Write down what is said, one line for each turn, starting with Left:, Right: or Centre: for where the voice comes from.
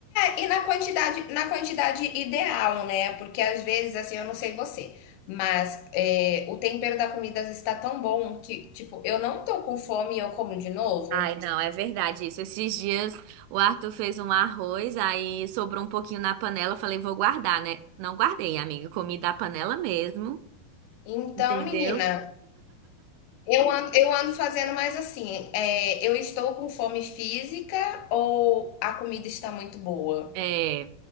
Left: E na quantidade, na quantidade ideal, né? Porque às vezes, assim, eu não sei você, mas é, o tempero da comida às vezes tá tão bom que, tipo, eu não tô com fome e eu como de novo.
Right: Ai, não, é verdade isso. Esses dias o Arthur fez um arroz, aí sobrou um pouquinho na panela. eu Falei, vou guardar, né? Não guardei, amiga. Comi da panela mesmo,
Left: Então,
Right: entendeu?
Left: menina, eu ando, eu ando fazendo mais assim, é, eu estou com fome física ou a comida está muito boa?
Right: É,